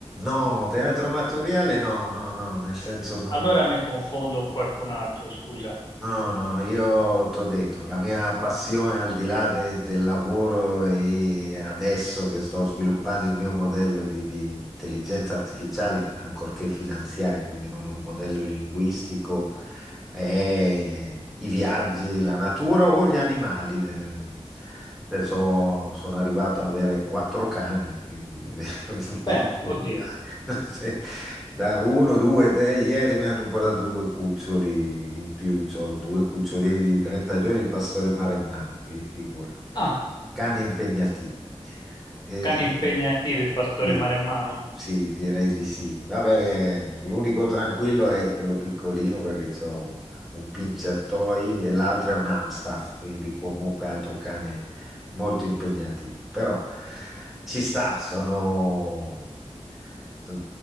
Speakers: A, in the centre; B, on the left.
A: No, teatro amatoriale no, no, no, nel senso no.
B: Allora mi confondo con qualcun altro, scusa.
A: No, no, io ti ho detto, la mia passione al di là de- del lavoro e adesso che sto sviluppando il mio modello di, di intelligenza artificiale, ancorché finanziaria, quindi non un modello linguistico, è eh, i viaggi, la natura o gli animali. Eh, Adesso sono arrivato ad avere quattro cani, quindi <laughs> vedi
B: Beh,
A: tu.
B: oddio.
A: <laughs> Da uno, due, tre, ieri mi hanno portato due cuccioli in più, c'ho due cucciolini di 30 giorni di pastore maremmano, quindi figurati.
B: Ah,
A: Cani impegnativi. E- e-
B: cani impegnativi, pastore
A: sì,
B: maremmano.
A: sì, direi di sì. Vabbè, eh, l'unico tranquillo è quello piccolino perché c'ho un pincher toy e l'altro è un Amstaff, quindi comunque altro cane molto impegnativo, però ci sta, sono... mm,